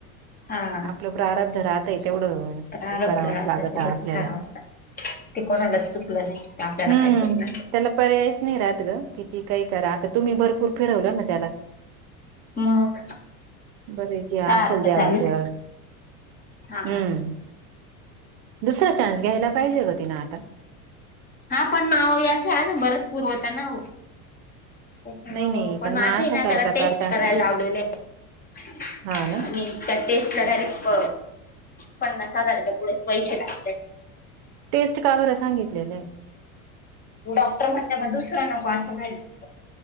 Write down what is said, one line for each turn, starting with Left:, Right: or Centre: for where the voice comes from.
Left: हा
Right: आपलं प्रारब्ध राहतय तेवढं
Left: प्रारब्ध
Right: करावं
Left: राहतं
Right: स्वागत
Left: तेवढंच
Right: आहे आपल्याला.
Left: करावं लागतं ते कोणालाच चुकलं नाही ते आपल्याला
Right: हम्म
Left: काय चुकणार
Right: त्याला पर्यायच नाही राहत गं, किती काही करा आता तुम्ही भरपूर फिरवलं ना त्याला.
Left: मग?
Right: बरे जे
Left: सारखं
Right: असल देवाच
Left: चालूच
Right: हम्म
Left: हा
Right: दुसरा चा्स घ्यायला पाहिजे ग तिन आता.
Left: हा पण माव याच, आज बरंच पूरवता ना‌ हो. त्याच्या मुळे
Right: नाही नाही
Left: मग पण माझं
Right: असं
Left: ना
Right: करता
Left: त्याला टेस्ट
Right: करता
Left: करायला लावलेलं आहे
Right: हा ना
Left: आणि. त्या टेस्टला डायरेक्ट पन्नास हजाराच्या पुढेच पैसे लागत्यात.
Right: टेस्ट का बरं सांगितलेलं आहे?
Left: डॉक्टर म्हणते मग दुसरं नको असं माहित अस